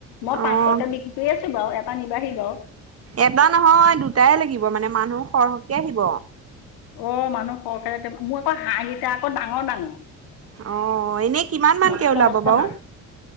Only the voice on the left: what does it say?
মই
পাঁচশকে বিক্ৰী কৰি আছো বাৰু এটা নিবাহি বাৰু।
অঁ মানুহ সৰকে মোৰ আকৌ হাঁহ কেইটা আকৌ ডাঙৰ ডাঙৰ।
মস্ত
মস্ত
হাঁহ